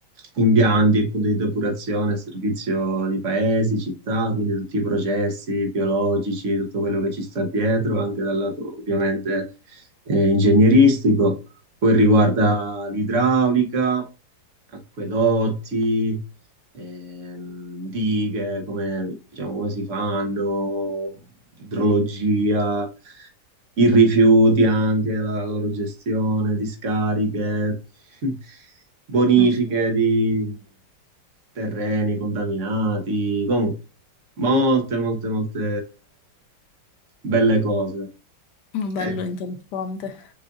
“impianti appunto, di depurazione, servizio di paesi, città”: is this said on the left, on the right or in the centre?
Right